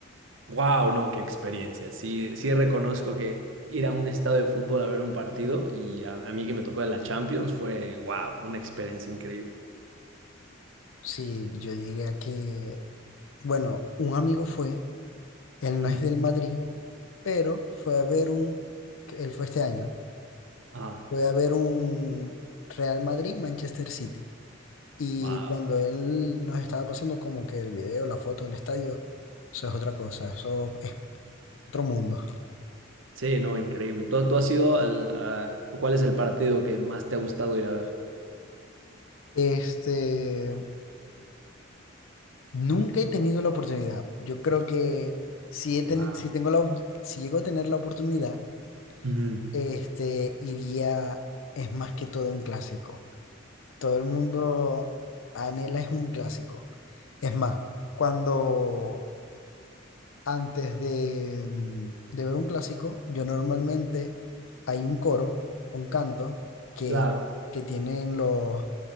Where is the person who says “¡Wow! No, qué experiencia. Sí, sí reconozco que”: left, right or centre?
Right